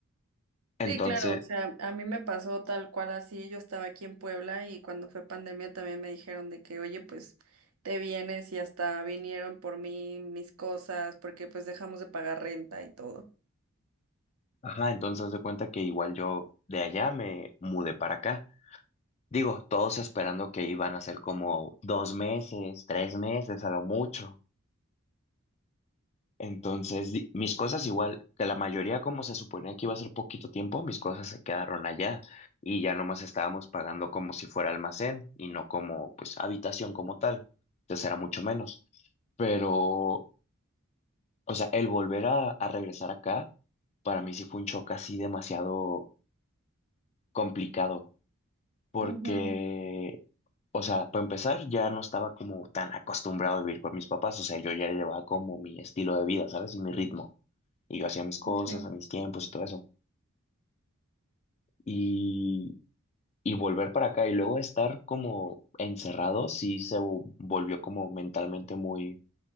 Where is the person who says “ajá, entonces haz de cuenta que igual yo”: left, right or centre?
Left